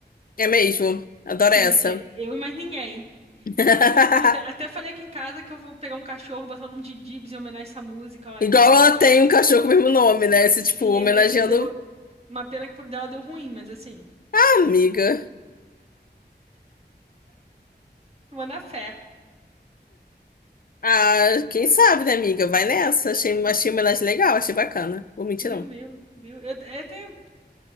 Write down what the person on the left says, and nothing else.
É mesmo, adoro
essa.
<laughs>
Igual
ela
tem um cachorro com o mesmo nome, né? Esse,
tipo, homenageando
a amiga.
Ah, quem sabe, né, amiga? Vai nessa. Achei, achei uma homenagem legal, achei bacana. Vou mentir,
não.